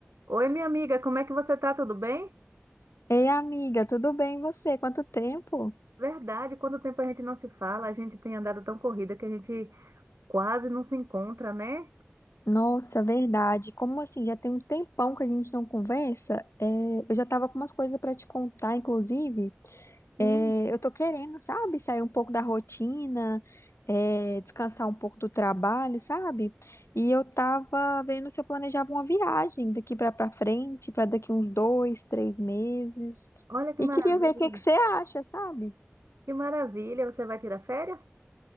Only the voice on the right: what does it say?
Oi, minha amiga, como é que você tá? Tudo bem?
Verdade, quanto tempo a gente não se fala, a gente tem andado tão corrida que a gente quase não se encontra, né?
Sim.
Olha que
maravilha.
Que maravilha, você vai tirar férias?